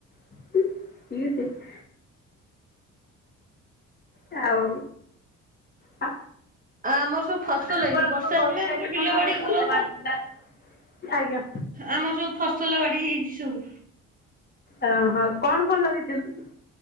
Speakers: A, on the left; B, on the right.
A: <unintelligible> ତାଉ <unintelligible>
B: ଆମର ସବୁ ଫସଲ
A: ଆପଣଙ୍କ
B: ହେଇଛି ବର୍ଷା
A: ଘରୁ
B: ଦିନ ଆମର
A: କାଲି
B: ବିଲ
A: କଣ
B: ବାଡି
A: ସାପ ବାହାରଥିଲା?
B: ଘର ତ
A: ଆଜ୍ଞା।
B: ଆମର ଯୋଉ ଫସଲ ବାଡ଼ି ହେଇଚି ସବୁ।
A: ଆଉ ହ କଣ କଣ ଲଗେଇଚନ୍ତିି?